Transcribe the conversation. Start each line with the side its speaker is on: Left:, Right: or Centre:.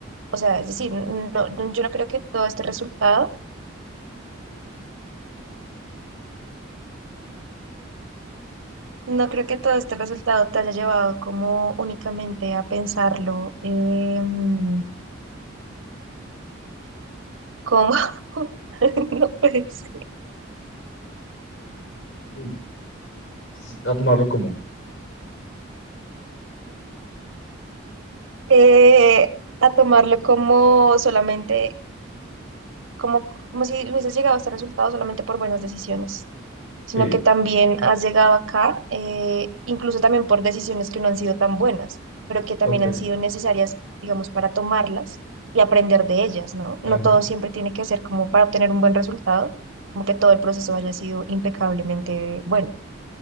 Right: o sea, es decir, no, no- yo no creo que todo este resultado, no creo que todo este resultado te haya llevado como únicamente a pensarlo em, como, <laughs> no puedes,
Left: Mm, sí, A tomarlo como.
Right: eh, a tomarlo como solamente, como, como si hubieses llegado a este resultado solamente por buenas decisiones. sino
Left: Sí,
Right: que también has llegado acá, eh, incluso también por decisiones que no han sido tan buenas, pero que también
Left: ok,
Right: han sido necesarias, digamos, para tomarlas y aprender de ellas, ¿no? No
Left: ajá.
Right: todo siempre tiene que ser como para obtener un buen resultado, como que todo el proceso haya sido impecablemente bueno.